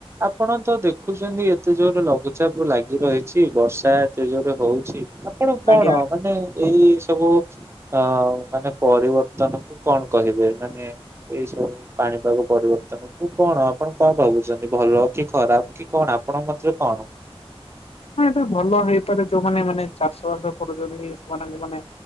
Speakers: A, on the right; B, on the left.
A: ଆପଣ ତ ଦେଖୁଛନ୍ତି ଏତେ ଜୋର ଲଘୁଚାପ ଲାଗି ଗି ରହିଁଛି ବର୍ଷା ଏତେ ଜୋରେ ହଉଛି। ଆପଣ କଣ
B: ଆଜ୍ଞା
A: ମାନେ ଏଇ ସବୁ ଅ ମାନେ ପରିବର୍ତ୍ତନ କୁ କଣ କହିବେ? ମାନେ ଏଇ ସବୁ ପାଣିପାଗ ପରିବର୍ତ୍ତନ। କୁ କଣ ଆପଣ କଣ ଭାବୁଛନ୍ତି ଭଲ କି ଖରାପ କି କଣ ଆପଣଙ୍କ ମତରେ କଣ? <inaudible>
B: ହଁ ଏଟା ଭଲ ହେଇପାରେ ଯୋଉମାନେ ମାନେ ଚାଷ ବାସ କରୁଚନ୍ତି ସେମାନଙ୍କୁ ମାନେ